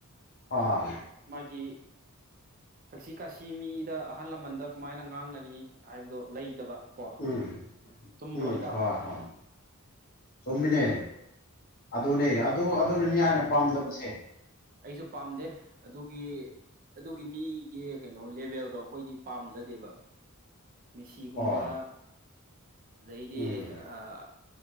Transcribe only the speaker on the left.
ꯑꯥ
ꯎꯝ
ꯎꯝ
ꯍꯣꯏ ꯍꯣꯏ ꯆꯨꯝꯃꯤꯅꯦ ꯑꯗꯨꯅꯦ ꯑꯗꯨ ꯑꯗꯨꯅꯅꯦ ꯑꯩꯅ ꯄꯥꯝꯗꯕꯁꯦ
ꯍꯣꯏ
ꯎꯝ